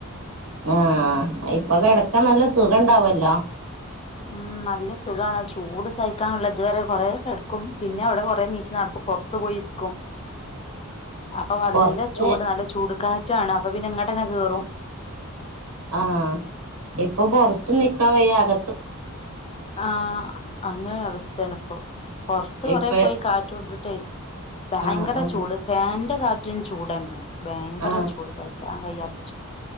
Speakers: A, on the right; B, on the left.
A: ആഹ് ഇപ്പോ കെടക്കാൻ നല്ല സുഖംണ്ടാവല്ലോ
B: ഉം നല്ല സുഖാണ് ചൂട് സഹിക്കാനുള്ള ഇതുവരെ കൊറെ കെടക്കും പിന്നെ അവടെ കൊറേ നീച് നടക്കും പൊറ ത്ത് പോയിരിക്കും
A: <inaudible>
B: അപ്പോ നല്ല
A: പൊറത്ത്
B: ചൂട് നല്ല ചൂട് കാറ്റാണ് അപ്പോ പിന്നെ ഇങ്ങട്ടന്നെ കേറും
A: ആഹ് ഇപ്പോ പൊറത്ത് നിക്കാൻ വയ്യാ അക
B: ആഹ് അങ്ങനൊരു അവസ്ഥയാണിപ്പോ പൊർത്ത് കൊറേ
A: ഇപ്പ
B: പോയി കാറ്റ്കൊണ്ടി ട്ടേ ബയ്ങ്കര
A: ആഹ് ആഹ്
B: ചൂട് ഫാന്റെ കാറ്റും ചൂട്ന്നെ ബേയ്ങ്കര
A: ആഹ്
B: ചൂട് സ ക്കാൻ കഴിയാത്ത ചൂട്